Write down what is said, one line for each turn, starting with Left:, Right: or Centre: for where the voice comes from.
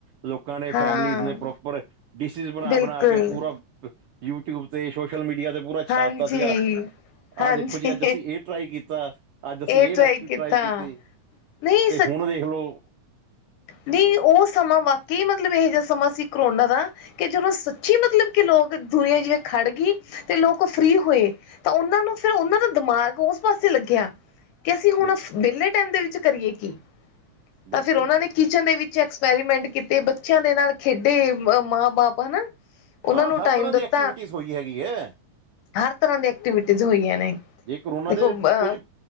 Right: ਲੋਕਾਂ ਨੇ
Left: ਹਾਂ
Right: ਫੈਮਲੀਜ਼ ਨੇ ਪ੍ਰੋਪਰ ਡਿਸ਼ਿਸ ਬਣਾ-ਬਣਾ
Left: ਬਿਲਕੁਲ
Right: ਕੇ ਪੂਰਾ ਯੂਟਿਊਬ ਤੇ ਸੋਸ਼ਲ ਮੀਡੀਆ ਤੇ ਪੂਰਾ ਛਾਪਤਾ
Left: ਹਾਂਜੀ
Right: ਸੀਗਾ।
Left: ਹਾਂਜੀ
Right: ਆ ਦੇਖੋ ਜੀ ਅੱਜ ਅਸੀਂ ਏ ਟਰਾਈ ਕੀਤਾ। ਅੱਜ ਅਸੀਂ
Left: ਇਹ
Right: ਏ ਰੈਸਪੀ
Left: ਕੀਤਾ
Right: ਟਰਾਈ ਕੀਤੀ
Left: ਨਹੀਂ
Right: ਤੇ ਹੁਣ ਵੇਖ ਲੋ
Left: ਨਈ ਓ ਸਮਾਂ ਵਾਕਈ ਮਤਲਬ ਏਹੋ ਜਾ ਸਮਾਂ ਸੀ ਕਰੋਨਾ ਦਾ ਕੀ ਜਦੋਂ ਸੱਚੀ ਮਤਲਬ ਕੀ ਲੋਕ ਦੁਨੀਆਂ ਜਿ ਖੜਗੀ ਤੇ ਲੋਕ ਫਰੀ ਹੋਏ ਤਾਂ ਓਨਾਂ ਨੂੰ ਫਿਰ ਓਨਾਂ ਦਾ ਦਿਮਾਗ ਓਸ ਪਾਸੇ ਲੱਗਿਆ ਕੀ ਅਸੀਂ ਹੁਣ
Right: ਬਿਲਕੁਲ
Left: ਵੇਲੇ ਟੈਮ ਦੇ ਵਿੱਚ ਕਰੀਏ ਕੀ
Right: ਬਿਲਕੁਲ
Left: ਤਾਂ ਫਿਰ ਓਨਾਂ
Right: ਜੀ
Left: ਨੇ ਕਿਚਨ ਦੇ ਵਿੱਚ ਐਕਸਪੈਰੀਮੈਂਟ ਕੀਤੇ ਬੱਚਿਆਂ ਦੇ ਨਾਲ ਖੇਡੇ ਮ ਮਾਂ ਬਾਪ ਹਨਾ? ਉਹਨਾਂ
Right: ਹਾਂ
Left: ਨੂੰ
Right: ਹਰ
Left: ਟਾਈਮ
Right: ਤਰ੍ਹਾਂ
Left: ਦਿੱਤਾ
Right: ਦੀ ਐਕਟੀਵਿਟੀਜ਼ ਹੋਈ ਹੈਗੀ ਐ।
Left: ਹਰ ਤਰ੍ਹਾਂ ਦੀ ਐਕਟੀਵਿਟੀਜ਼ ਹੋਈਆਂ ਨੇ
Right: ਜੇ ਕਰੋਨਾ
Left: ਦੇਖੋ
Right: ਦੇ
Left: ਅ
Right: ਕੁਝ